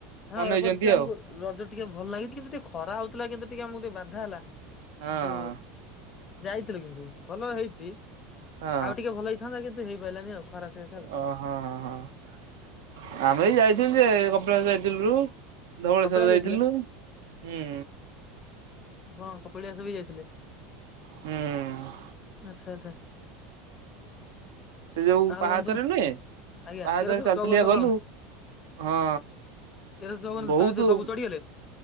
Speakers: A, on the left; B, on the right.
A: ହଁ
B: ମନେଇଛନ୍ତି
A: ଏବର୍ଷ ସେ ଟିକେ ଆମକୁ
B: ଆଉ
A: ରଜ ଟିକେ ଭଲ ଲାଗିଛି କିନ୍ତୁ ଟିକେ ଖରା ହଉଥିଲା କିନ୍ତୁ ଟିକେ ଆମକୁ ଟିକେ ବାଧା ହେଲା।
B: ହଁ
A: କିନ୍ତୁ ଯାଇଥିଲୁ କିନ୍ତୁ। ଭଲ ହେଇଛି
B: ହଁ
A: ଆଉ ଟିକେ ଭଲ ହେଇଥାନ୍ତା କିନ୍ତୁ ହେଇପାରିଲାନି ଆଉ। ଖରା ସକାଶେ ଆଉ
B: ଓହଁ ହଁ ହଁ।
A: ହଁ
B: ଆମେ
A: ବନ୍ଧୁ
B: ବି ଯାଇ୍ ଯେ ସେ କପିଳାସ ଯାଇଥିଲୁ ଧବଳେଶ୍ଵର
A: କପିଳାସ
B: ଯାଇଥିଲୁ।
A: ଯାଇଥିଲେ?
B: ହୁଁ।
A: ଆପଣ କପିଳିଆସ ବି ଯାଇଥିଲେ?
B: ହୁଁ।
A: ଆଚ୍ଛା ଆଚ୍ଛା।
B: ସେ ଯୋଉ
A: ଆଉ
B: ପାହାଚରେ
A: ବନ୍ଧୁ
B: ନୁହେଁ
A: ଆଜ୍ଞା
B: ପାହାଚରେ
A: ତେରଶହ
B: ଚାଲିଚାଲକା
A: ଚଉବନ
B: ଗଲୁ
A: ବାଉନ
B: ହଁ,
A: ତେରଶହ ଚଉବନ
B: ବହୁତ
A: ପାହାଚ ସବୁ ଚଢିଗଲେ?